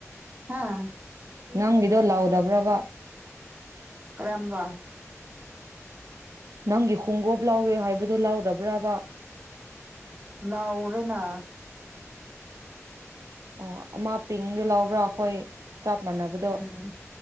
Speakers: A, on the right; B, on the right.
A: ꯍꯥꯥ___
B: ꯅꯪꯒꯤꯗꯣ ꯂꯧꯎꯔꯕ꯭ꯔꫭꯕ?
A: ꯀꯔꯝꯕ?
B: ꯅꯪꯒꯤ ꯈꯣꯡꯒꫭꯞ ꯂꯥꯎꯋꯦ ꯍꯥꯏꯕꯗꯣ ꯂꯥꯎꯗꯕ꯭ꯔꯥꯕ?
A: ꯂꯥꯎꯔꯦꯅ
B: ꯑꯣ ꯑꯃ ꯄꯤꯡꯗꯨ ꯂꯧꯕ꯭ꯔꯥ ꯑꯩꯈꯣꯏ___ ꯆꯥꯞꯃꯥꯟꯅꯕ
A: ꯎꯝ